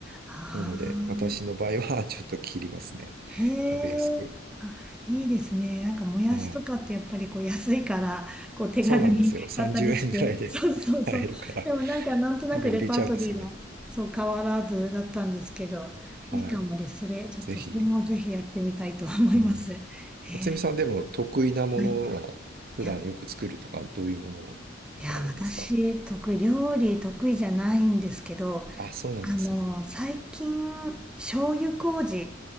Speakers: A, in the centre; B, on the right.
A: ああ。
B: なので私の場合は <laughs> ちょっと切りますね。
A: へ
B: 食べやすく。
A: え、あ、いいですね。なんかもやしとかってやっぱりこう安いからこう手軽に買ったりして、
B: はい。そうなんですよ。30円ぐらいで
A: <laughs> そうそうそう。
B: <laughs> 買えるから、
A: でもなんかなんとなくレパートリーがそう変わらずだったんですけど、
B: なんか入れちゃうんですよね。
A: いいかもです。
B: はい。
A: それちょっとそれもぜひやってみたいと思います。
B: ぜひ。はい。
A: へえ、
B: おつみさんでも得意なものは普段よく作るとか、
A: はい。いや、
B: どういうものがあるんですか
A: いや、私得意料理得意じゃないんですけど、
B: あ、そうなんですね。
A: あの最近醤油麹